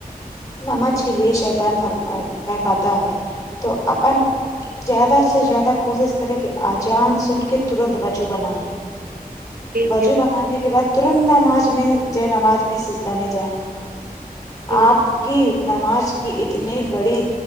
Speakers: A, on the left; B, on the right.
A: نماج کے لیے شیطان فرما بہکاتا ہے تو اپن جیادہ سے جیادہ کوسس کرے کہ آجان سن کے ترنت وجو بنائے
B: جی
A: وجو
B: جی
A: بنانے کے بعد ترنت نماج میں جے نماج میں سجدہ میں جائیں
B: جی
A: آپ کی نماز کی اتنی بڑی